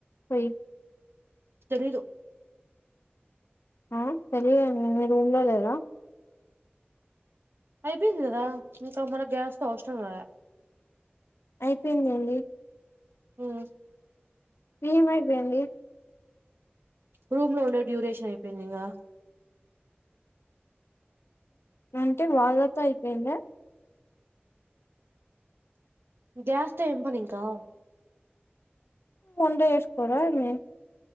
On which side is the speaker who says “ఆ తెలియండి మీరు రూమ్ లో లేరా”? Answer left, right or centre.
Left